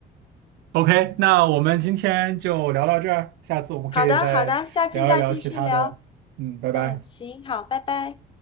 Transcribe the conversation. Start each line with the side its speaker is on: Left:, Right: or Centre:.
Right: ？OK，那我们今天就聊到这儿，下次我们可以再聊一聊其他的。
Left: 好的好的，下次再继续聊。
Right: 嗯，拜拜。
Left: 嗯，行，好，拜拜。